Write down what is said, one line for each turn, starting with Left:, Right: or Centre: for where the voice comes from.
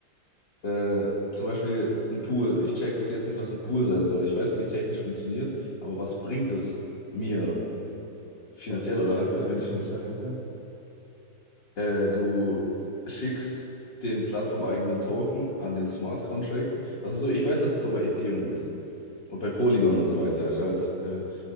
Left: äh, zum Beispiel ein Pool. Ich check bis jetzt nicht, was ein Pool sein soll. Ich weiß, wie es technisch funktioniert, aber was bringt es mir finanziell
Right: Was, was
Left: oder
Right: steckt
Left: halt, wenn
Right: da technisch
Left: ich ein,
Right: dahinter?
Left: äh, du schickst den plattformeigenen Token an den Smart Contract. Also so, ich weiß, dass es so bei Ethereum ist und bei Polygon und so weiter. Ist halt äh,